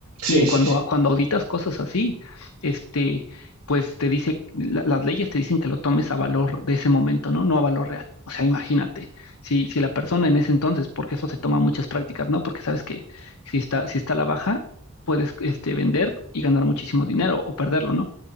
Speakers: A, on the right; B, on the left.
A: Sí,
B: Y
A: sí,
B: cuando,
A: sí,
B: cuando auditas cosas así, este, pues te dice, la- las leyes te dicen que lo tomes a valor de ese momento, ¿no? No a valor real. O sea, imagínate, si, si la persona en ese entonces, porque eso se toma muchas prácticas, ¿no? Porque sabes que si está, si está a la baja, puedes este, vender y ganar muchísimo dinero o perderlo, ¿no?